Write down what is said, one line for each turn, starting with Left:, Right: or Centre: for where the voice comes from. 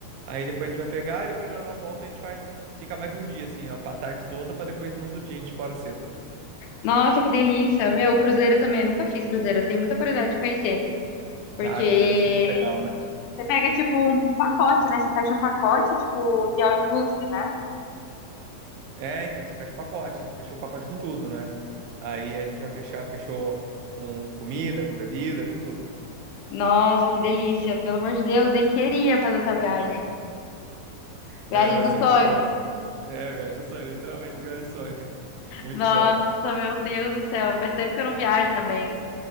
Right: Aí depois a gente vai pegar e depois na hora da volta a gente vai ficar mais um dia, assim, ó, pra tarde toda, pra depois no outro dia a gente ir embora cedo.
Left: Nossa, que delícia. Meu, cruzeiro também. Eu nunca fiz cruzeiro. Eu tenho muita curiosidade de conhecer. Porque
Right: Ah, Cruzeiro, isso ser muito legal, né?
Left: você pega, tipo, um pacote, né? Você fecha um pacote, tipo, de all inclusive, né?
Right: É, então, você fecha o pacote, a gente fechou o pacote com tudo, né? Aí a gente vai fechar, fechou com comida, com bebida, com tudo.
Left: Nossa, que delícia. Pelo amor de Deus, hein? Queria fazer essa viagem. Viagem
Right: É, vai
Left: dos
Right: ser
Left: sonhos.
Right: muito bom. É, viagem do sonho, literalmente, viagem do sonho. <laughs> Muito
Left: Nossa,
Right: bom.
Left: meu Deus do céu. Faz tempo que eu não viajo também.